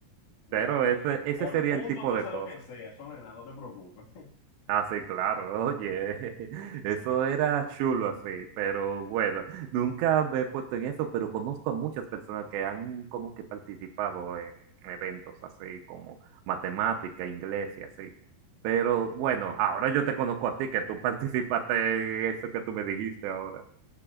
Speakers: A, on the left; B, on the right.
A: Mira,
B: Pero
A: es-
B: ese, ese
A: por
B: sería
A: punto
B: el tipo
A: tú
B: de
A: haces
B: cosas.
A: lo que sea, eso no es nada, no te preocupes. <laughs>
B: Así, claro, oye, <laughs> eso era chulo así, pero bueno, nunca me he puesto en eso, pero conozco a muchas personas que han como que participado en eventos así como matemática, inglés y así. Pero bueno, ahora yo te conozco a ti, que tú <laughs> participaste en eso que tú me dijiste ahora.